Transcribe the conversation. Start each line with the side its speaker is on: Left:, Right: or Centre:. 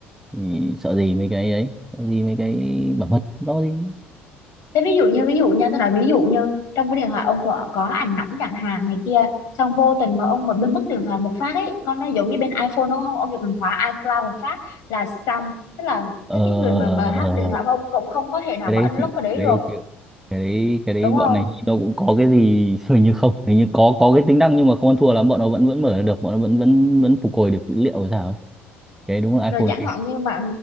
Centre: thì sợ gì mấy cái ấy sợ gì mấy cái bảo mật đó gì
Left: thế ví dụ như ví dụ như tôi nói ví dụ như trong cái điện thoại ông có, có ảnh nóng chẳng hạn này kia xong vô tình mà ông mà bên mất điện thoại một phát ấy con nó giống như bên iPhone đúng không ông chỉ cần khóa iCloud một phát là xong tức là
Centre: ờ
Left: cái
Centre: ờ,
Left: cái người mà
Centre: ờ,
Left: mà hack
Centre: ờ, ờ.
Left: điện thoại của ông cũng không có thể nào
Centre: cái
Left: mà
Centre: đấy
Left: unlock
Centre: chịu
Left: cái đấy
Centre: cái
Left: được
Centre: đấy cái đấy cái đấy
Left: đúng
Centre: bọn
Left: không
Centre: này nó cũng có cái gì <laughs> hình như không hình như có có cái tính năng nhưng mà không ăn thua lắm bọn nó vẫn vẫn mở được bọn nó vẫn vẫn vẫn phục hồi được dữ liệu rồi sao ấy. cái đấy đúng là
Left: rồi
Centre: iPhone
Left: chẳng hạn như mà